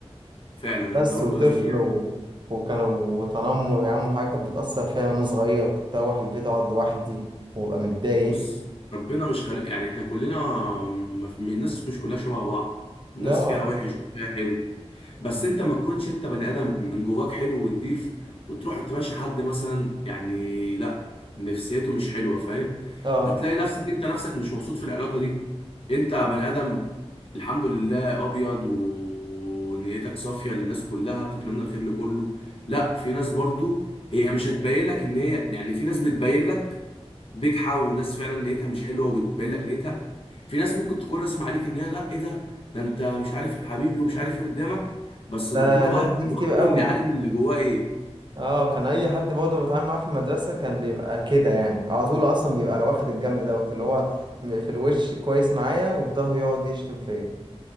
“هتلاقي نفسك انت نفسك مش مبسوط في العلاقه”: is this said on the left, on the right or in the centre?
Left